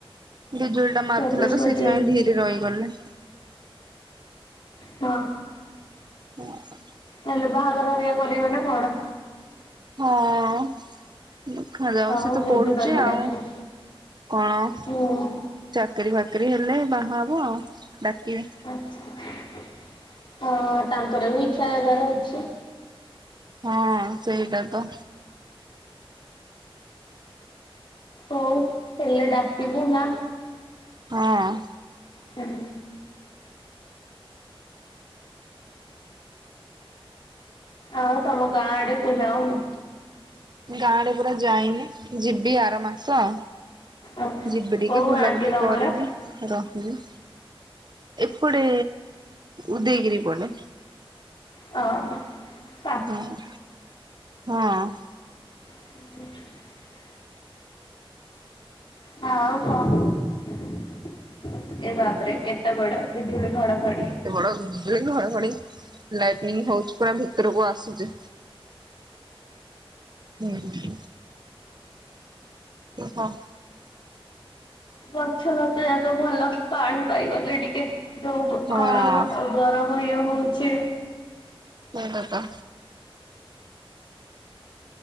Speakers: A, on the right; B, on the left.
A: ବିଜୁଳିଟା ମାରୁଥିଲା
B: ଚବିଶ
A: ତ
B: ପଚିଶ
A: ସେଇଥିପାଇଁ ଏଇଠି ଟିକେ ରହିଗଲି।
B: ହଁ।
A: ହ <unintelligible>
B: ହେଲେ ବାହାଘର ହରିଆ କରିବ ନା କଣ?
A: ହଁ। ଦେଖାଯାଉ
B: ହଉ
A: ସେ ତ
B: ଭୋଜି
A: ପଢୁଛି
B: କଲେ
A: ଆଉ
B: ଡାକିବୁ।
A: କଣ?
B: ହୁଁ
A: ଚାକିରି ବାକିରି ହେଲେ ବାହା ହବ ଆଉ ଡାକିବି।
B: ଆଛା ହଁ ତାଙ୍କର ବି ଇଚ୍ଛା ହେବାର ଅଛି।
A: ହଁ ସେଇଟା ତ।
B: ହଉ ହେଲେ ଡାକିବୁ ହଁ
A: ହଁ।
B: ହୁଁ ହୁଁ। ଆଉ ତମ ଗାଁ ଆଡେ ତୁ ଯାଉନୁ?
A: ଗାଁ ଆଡେ ପରା ଯାଇନି ଯିବି ଆର ମାସ।
B: ଓହୋ
A: ଯିବି ଟିକେ
B: କୋଉ ଗାଁ
A: ବୁଲାବୁଲି
B: କି ତମର?
A: କରିବି ରହିବି। ଏପଟେ ଉଦୟଗିରି ପଟେ।
B: ଓ ହୋ।
A: ହୁଁ ହଁ।
B: <inaudible> ହ ଆଉ କଣ ଏ ବାପରେ କେତେ ବଡ ବିଜୁଳି ଘଡ ଘଡି।
A: କେତେ ବଡ଼ ବିଜୁଳି ଘଡ ଘଡି ଲାଇଟନିଙ୍ଗ ହଉଚି ପୁରା ଭିତରକୁ ଆସୁଚି। ହୁଁ ହୁଁ। ହଁ।
B: ଗଛ ଲତା ଯାକ ଭଲ ପାଣି ପାଇଗଲେ ଟିକେ ଯୋଉ
A: ହଁ
B: ଖରାମ ଗର ଗୁଳି ହଉଚି
A: ସେଇ କଥା।